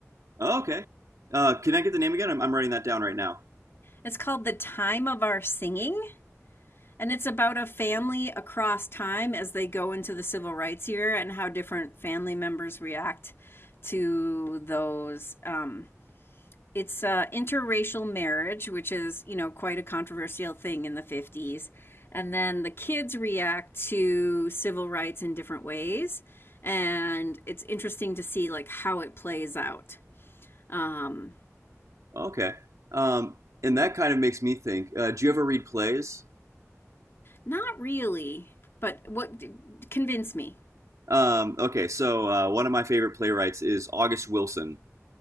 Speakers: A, on the right; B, on the left.
A: Oh, okay. Uh, can I get the name again? I'm, I'm writing that down right now.
B: It's called The Time of Our Singing. And it's about a family across time as they go into the civil rights year and how different family members react to those. Um, it's uh, interracial marriage, which is, you know, quite a controversial thing in the 50s. And then the kids react to civil rights in different ways. And it's interesting to see like how it plays out. Um,
A: Okay. Um, and that kind of makes me think. Uh, do you ever read plays?
B: not really, but what convinced me.
A: Um, okay, so uh, one of my favorite playwrights is August Wilson,